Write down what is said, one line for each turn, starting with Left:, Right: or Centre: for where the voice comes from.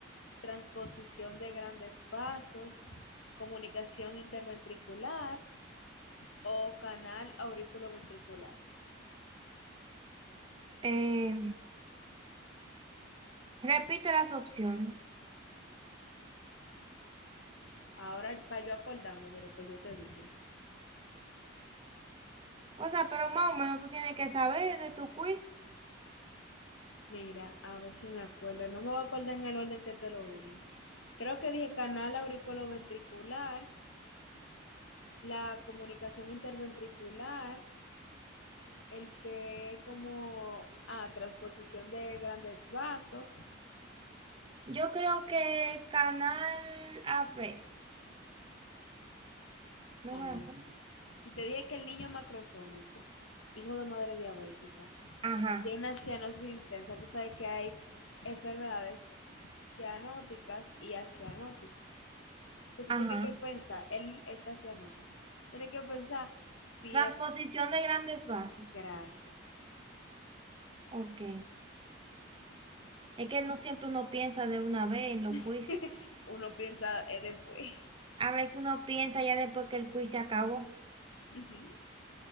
Left: transposición de grandes vasos, comunicación interventricular o canal auriculoventricular.
Right: Eh, repite las opciones.
Left: Ahora, para yo acordarme de lo que yo te dije,
Right: O sea, pero más o menos tú tienes que saber de tu quiz.
Left: mira, a ver si me acuerdo, no me voy a acordar en el orden que te lo dije. Creo que dije canal auriculoventricular, la comunicación interventricular, El que como, ah, transposición de grandes vasos.
Right: Yo creo que canal A B, no
Left: A
Right: me
Left: ver,
Right: hace.
Left: si te dije que el niño macrosómico, hijo de madre diabética,
Right: Ajá,
Left: tiene una cianosis intensa, tú sabes que hay enfermedades cianóticas y acianóticas, O sea, tú
Right: ajá.
Left: tienes que pensar, él, él está cianótico, tienes que pensar si
Right: Transposición
Left: la
Right: de grandes vasos.
Left: gracia.
Right: Ok. Es que no siempre uno piensa de una vez en los
Left: <laughs>
Right: quiz.
Left: Uno piensa eh, después.
Right: A veces uno piensa ya después que el quiz se acabó.
Left: <laughs> Ujú,